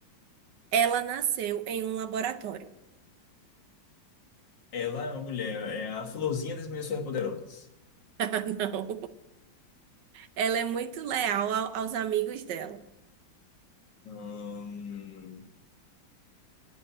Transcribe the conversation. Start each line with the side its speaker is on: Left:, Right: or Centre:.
Right: Ela nasceu em um laboratório.
Left: Ela é uma mulher, é a florzinha das minhas superpoderosas.
Right: <laughs> Ah, Não. Ela é muito leal ao- aos amigos dela.
Left: Hum,